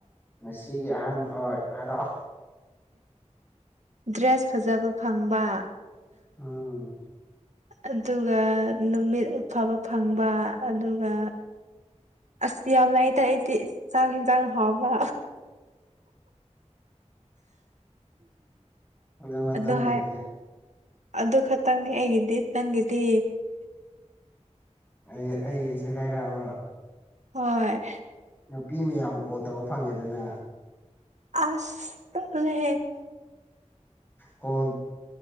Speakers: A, on the left; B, on the right.
A: ꯉꯁꯤꯒꯤ ꯑꯍꯥꯟ ꯑꯣꯏ ꯍꯥꯏꯔꯥꯎꯑꯣ
B: ꯗ꯭ꯔꯦꯁ ꯐꯖꯕ ꯐꯪꯕ
A: ꯑꯥ
B: ꯑꯗꯨꯒ ꯅꯨꯃꯤꯠ ꯐꯕ ꯐꯪꯕ ꯑꯗꯨꯒ ꯑꯁ ꯌꯥꯝꯅꯇ ꯑꯩꯗꯤ ꯆꯥꯛ ꯌꯦꯟꯁꯥꯡ ꯍꯥꯎꯕ
A: ꯑꯣ ꯃꯠꯇ
B: ꯑꯗꯨ
A: ꯂꯩꯗꯤ
B: ꯍꯥꯏ ꯑꯗꯨ ꯈꯛꯇꯪꯅꯤ ꯑꯩꯒꯤꯗꯤ ꯅꯪꯒꯤꯗꯤ
A: ꯑꯩ ꯑꯩꯁꯦ ꯍꯥꯏꯔꯛꯑꯔꯣ
B: ꯍꯣꯏ
A: ꯅꯨꯄꯤ ꯃꯌꯥꯝ ꯀꯣꯜ ꯇꯧꯕ ꯐꯪꯉꯦꯗꯅ
B: ꯑꯁ ꯇꯂꯦ
A: ꯀ‌ꯣꯜ